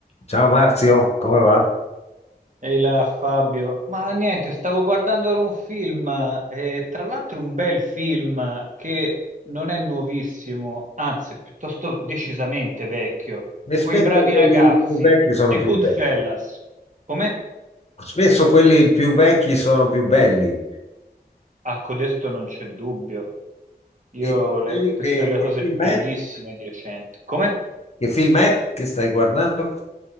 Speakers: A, on the left; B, on the right.
A: Ciao Marzio, come va?
B: Ehi là Fabio, ma niente, stavo guardando ora un film, eh, tra l'altro un bel film che non è nuovissimo, anzi è piuttosto decisamente vecchio,
A: E
B: Quei
A: spesso
B: bravi
A: quelli
B: ragazzi,
A: più vecchi sono
B: The
A: più
B: Good
A: belli.
B: Fellas. Come?
A: Spesso quelli più vecchi sono più belli.
B: A codesto non c'è dubbio, io
A: E
B: le-
A: dicevi
B: ho visto
A: che,
B: le
A: che
B: cose
A: film
B: bellissime
A: è?
B: di recente. Come?
A: Che film è che stai guardando?